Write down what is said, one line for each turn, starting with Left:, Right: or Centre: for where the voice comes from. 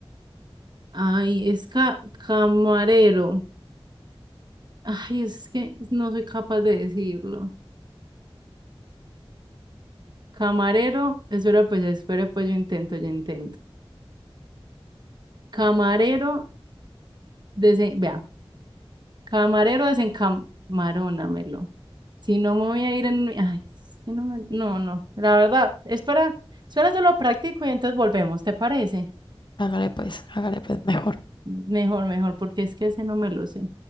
Right: Ay, es ca- camarero, ay, es que no soy capaz de decirlo. Camarero, espera pues, espera pues, yo intento, yo intento. Camarero, desen, vea, camarero, desencamarónamelo. Si no me voy a ir en... Ay, es que no me... No, no. La verdad, espera, espera, yo lo practico y entonces volvemos, ¿te parece?
Left: Hágale pues, hágale pues mejor.
Right: Mejor, mejor, porque es que ese no me lo sé.